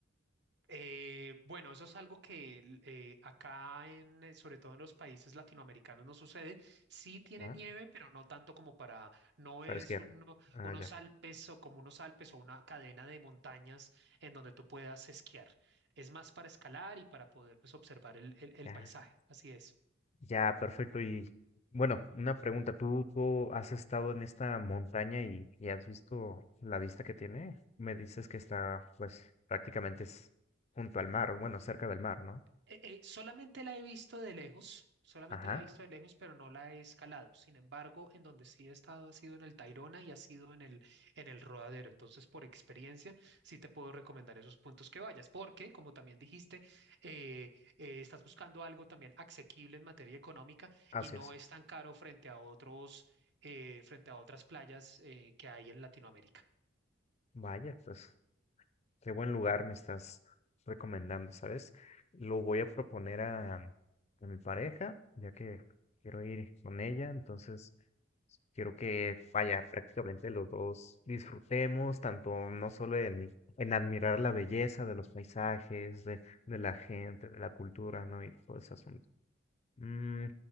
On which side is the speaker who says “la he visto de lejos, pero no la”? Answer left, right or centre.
Right